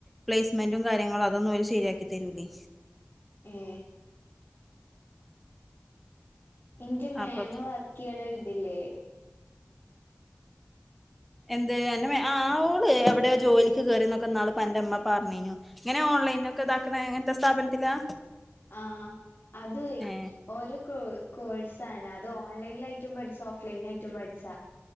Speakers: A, in the centre; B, on the left.
A: പ്ലേസ്മെന്റും കാര്യങ്ങളും അതൊന്നും ശരിയാക്കി തരൂലേ
B: ഏ എന്റെ മേമ
A: അപ്പൊ
B: വർക്ക് ചെയ്യണൊരി ഇതില്ലേ
A: എന്ത് അന്റെ ഓള് എവിടെയോ ജോലിക്ക് കേറിന്നൊക്കെ നാള എന്റെ അമ്മ പറഞ്ഞേനു ഇങ്ങനെ ഓൺലൈന ഒക്കെ ഇതാക്കുന്ന ഇങ്ങനത്തെ സ്ഥാപനത്തിലാ
B: ആ അത്
A: ഏ
B: ഓരോ കോ കോഴ്സ് അത് ഓൺലൈന ആയിട്ടും പഠിച്ച ഓഫ്ലൈന ആയിട്ടും പഠിച്ച